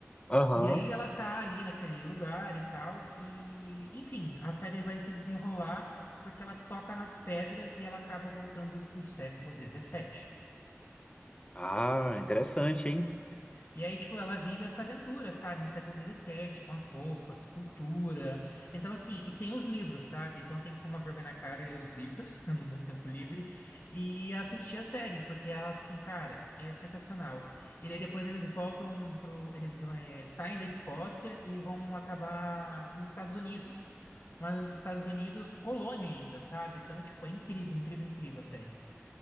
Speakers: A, on the left; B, on the left.
A: aham.
B: E aí ela tá ali naquele lugar e tal, e enfim, a série vai se desenrolar porque ela toca nas pedras e ela acaba voltando pro século dezessete
A: Ah, interessante, hein?
B: E aí, tipo, ela vive essa aventura, sabe? No século XVII, com as roupas, cultura. Então, assim, e tem os livros, sabe? Então, tem que tomar vergonha na cara e ler os livros <laughs> no meu tempo livre e assistir a série, porque ela, assim, cara, é sensacional. E daí depois eles voltam pro... Eles é, saem da Escócia e vão acabar nos Estados Unidos. Mas nos Estados Unidos, colônia ainda, sabe? Então, tipo, é incrível, incrível, incrível a série.